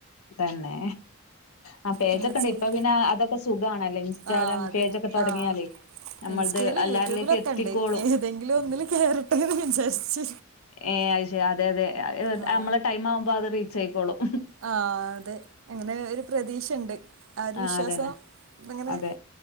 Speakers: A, on the left; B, on the right.
A: തന്നെ ആ പേജൊക്കെ
B: നമ്മൾ
A: ഉണ്ട്
B: ചെയ്
A: ഇപ്പൊ പിന്നെ അതൊക്കെ സുഖണല്ലേ ഇൻസ്റ്റാഗ്രാം
B: ആ അതന്നെ
A: പേജൊക്കെ തുടങ്ങിയാലേ
B: ആ
A: നമ്മളത്
B: ഇൻസ്റ്റയിലും
A: എല്ലാരിലേക്കും
B: യൂട്യൂബിലൊക്കെ
A: എത്തിക്കോളും
B: ഉണ്ട് ഏതെങ്കിലും ഒന്നില് കേയറട്ടെ എന്ന് വിചാരിച്ച
A: ഏ അയ് ശരി അതെ അതെ
B: ആ
A: നമ്മളെ ടൈം ആവുമ്പോ അത് റീച്ച് ആയിക്കോളും
B: ആ അതെ അങ്ങനെ ഒരു പ്രതീക്ഷുണ്ട് ആര്
A: ആഹ്
B: വിശ്വാസം
A: അതന്നെ
B: അങ്ങനെ
A: അതെ